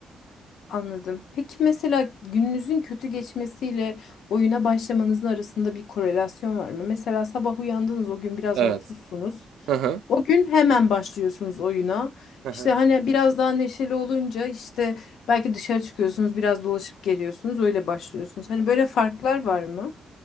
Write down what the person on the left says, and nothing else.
Anladım. Peki mesela gününüzün kötü geçmesiyle oyuna başlamanızın arasında bir korelasyon var mı? Mesela sabah uyandınız o gün biraz
mutsuzsunuz.
O gün hemen başlıyorsunuz oyuna.
İşte hani biraz daha neşeli olunca işte belki dışarı çıkıyorsunuz, biraz dolaşıp geliyorsunuz, öyle başlıyorsunuz. Hani böyle farklar var mı?